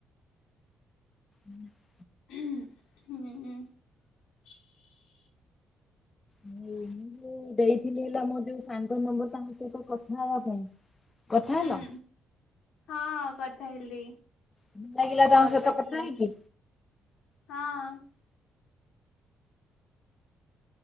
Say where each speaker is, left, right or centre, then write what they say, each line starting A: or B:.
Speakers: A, on the left (about 25°); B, on the left (about 80°).
A: ହୁଁ <inaudible>
B: ହୁଁଁ ହୁଁ।
A: ମୁଁ ଯୋଉ ଦେଇଥିଲି ତମର ଯୋଉ ସାଙ୍ଗ ନମ୍ବର ତାଙ୍କ ସହିତ କଥା ହେବା ପାଇଁ କଥାହେଲ?
B: ହୁଁ ହୁଁ ହଁ କଥା ହେଲି
A: ଭଲ ଲାଗିଲା
B: ସେ
A: ତାଙ୍କ
B: କଲ
A: ସହିତ
B: କରିଥିଲେ।
A: କଥା ହେଇକି?
B: ହଁ।